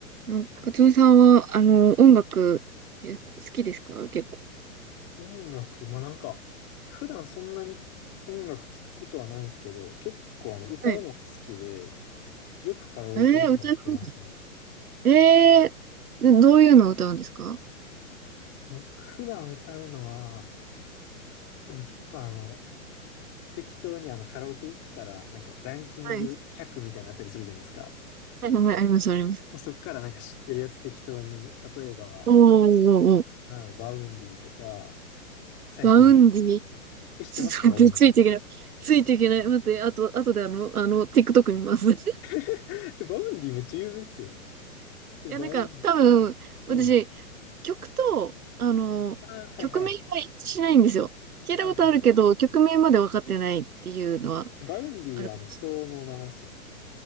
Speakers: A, on the right (about 85°); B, on the left (about 35°).
A: なんか、カツオさんは、あの、音楽、え好きですか結構。
B: 音楽、まあなんか、普段そんなに音楽聴くことはないんですけど、結構あの歌うのが好きで、
A: はい。
B: よくカラオケにも行ってますね。
A: えー、歌う方がえー、どどういうのを歌うんですか
B: 僕普段歌うのは、でも結構あの、適当にあのカラオケ行ったら、なんかランキング100みたいなのあったりするじゃないですか。
A: はい。はい、はい、あります、あります。
B: もうそっからなんか知ってるやつ適当に、例えば、
A: おー、おー、おー。
B: なんだろう、バウンディとか、最近、
A: バウンディ
B: え、知ってますか、
A: ちょっと、
B: バウンディ。
A: ついていけない。ついていけない。待って、あと、あとであの、あの、TikTok 見ます。<laughs> い
B: <laughs> えバウンディめっちゃ有名っすよ。え、
A: や、
B: バウン
A: なんか、多分、私、
B: ディ。うん。
A: 曲と、あの、
B: ああ、はいはい。
A: 曲名が一致しないんですよ。聞いたことあるけど、
B: はいはい。
A: 曲名まで分かってないっていうのは
B: バウンディはあの人の名前ですよ。
A: あるかもしれない。